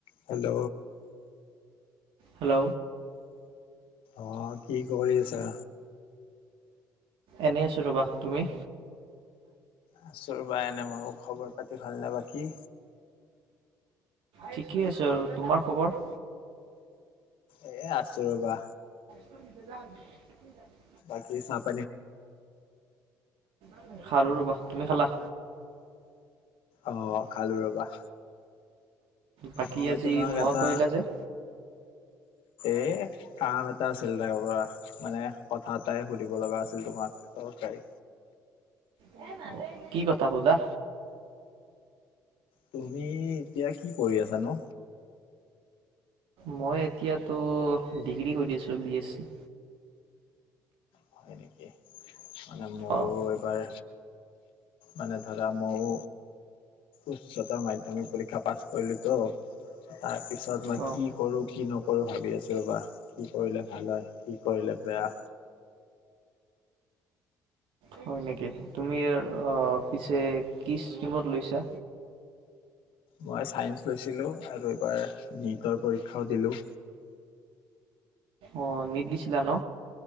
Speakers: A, on the left; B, on the right.
A: Hello.
B: Hello.
A: অ কি কৰি আছা?
B: এনেই আছো ৰবা, তুমি?
A: আছোঁ ৰবা এনে ময়ো খবৰ পাতি ভালনে বাকী?
B: ঠিকেই আছে আৰু তোমাৰ খবৰ?
A: এই আছোঁ ৰ'বা।
B: ল <inaudible>
A: যি তাপ।।
B: অ। <inaudible> খালো ৰবা তুমি খালা?
A: অঁ খালোঁ ৰবা।
B: বাকী
A: মই
B: আজি
A: তোমাক
B: মনত
A: এটা
B: কৰিলা যে?
A: এ কাম এ এটা আছিল তাৰ পৰা মানে, কথা এটাই সুধিব লগা আছিল তোমাক দৰকাৰী।
B: অ' কি কথা সোধা?
A: তুমি এতিয়া কি পঢ়ি আছানো?
B: মই এতিয়াটো ডিগ্ৰী কৰি আছো বি এছ চি।
A: হয় নেকি মানে মোৰো
B: অঁ
A: এইবাৰ মানে ধৰা মইও উচ্চতৰ মাধ্যমিক পৰীক্ষা পাছ কৰিলো তো তাৰ পিছত পিছত মই
B: অঁ
A: কি কৰো কি নকৰো ত'ভাবি আছোঁ ৰ'বা কি কৰিলে ভাল হয়? কি কৰিলে বেয়া।
B: হয় নেকি? তুমি পিছে কি ষ্টিমত লৈছা?
A: মই চাইন্স লৈছিলো আৰু এইবাৰ নীটৰ পৰীক্ষাও দিলো।
B: অ', নীট দিছিলা ন?